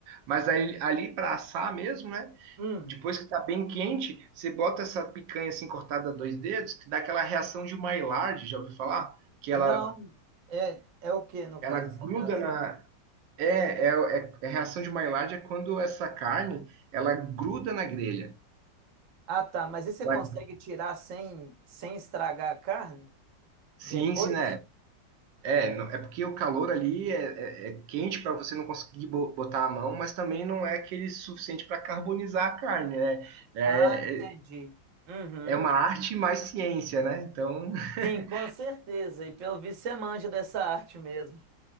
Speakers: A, on the right (about 80°); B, on the right (about 55°).
A: Mas aí, ali para assar mesmo, né?
B: Hum,
A: Depois que tá bem quente, você bota essa picanha assim cortada a dois dedos, que dá aquela reação de Maillard, já ouviu falar? Que
B: não,
A: ela
B: é, é o que no caso
A: Ela gruda
B: essa reação?
A: na. É, é, é- é reação de Maillard é quando essa carne ela gruda na grelha.
B: Ah, tá. Mas e você
A: Ela-
B: consegue tirar sem, sem estragar a carne
A: Sim,
B: depois?
A: sim, né? É, não- é porque o calor ali é, é- é quente para você não conseguir bo- botar a mão, mas também não é aquele suficiente para carbonizar a carne, né? É,
B: Ah, entendi.
A: é
B: Uhum.
A: é uma arte mais ciência, né? Então. <laughs>
B: Sim, com certeza. E pelo visto você manja dessa <laughs> arte mesmo.